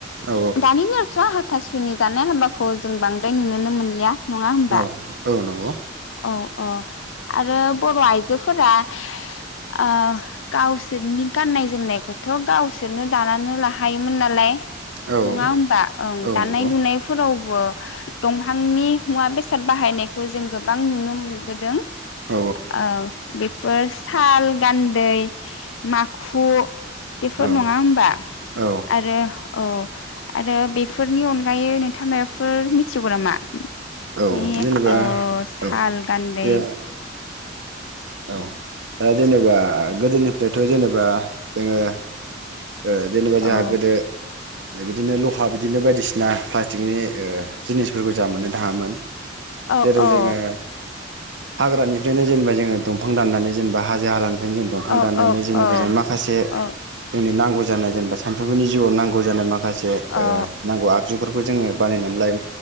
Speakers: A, on the right (about 65°); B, on the left (about 80°).
A: औ
B: दानि दिनावथ हाथ थासुनि जानाय हाबाखौ जों बांद्राय नुुनोनो मोनलिया। नङा होनबा
A: औ औ नंगौ
B: औ। अ आरो बर' आइजोफोरा ओ गावसोरनि गाननाय जोमनायखौथ' गावसोरनो दानानो लाखायोमोन नालाय।
A: औ
B: नङा होमबा ओं
A: औ
B: दानाय
A: नंगौ औ
B: लुनायफोराव अ दंफांनि मुवा बेसाद बाहायनायखौ जों गोबां नुनो मोनबोदों।
A: औ
B: आ बे फोर साल गान्दै माखु बेफोर
A: औ
B: नङा होमबा
A: औ
B: आरो औ आरो बेफोरनि अनगायै नोंथां माबाफोर मिथिगौ नामा?
A: औ
B: नि
A: जेनेबा
B: ओ साल
A: औ
B: गान्दै।
A: जे औ दा जेनेबा गोदोनिफ्रायथ' जेनेबा जोंङो ओ जेनेबा जोंहा
B: औ
A: गोदो बिदिनो लहा बिदिनो बायदिसिना प्लास्टिकनि ओ जिनिसफोरखौ जों मोननो थांङामोन।
B: औ
A: जेराव
B: औ
A: जोंङो हाग्रानिफ्रायनो जेनेबा जोंङो दंफां दाननानै जेनेबा हाजो हाला ओंखायनो जों दंफां
B: औ
A: दाननानै
B: औ
A: जेनेबा
B: औ
A: जों माखासे
B: औ
A: जोंनि नांगौ जानाय जेनेबा सानफ्रोमबोनि जिउआव नांगौ जानाय मा माखासे
B: औ
A: ओ नांगौ आगजुफोरखौ जोंङो बानायनानै लायो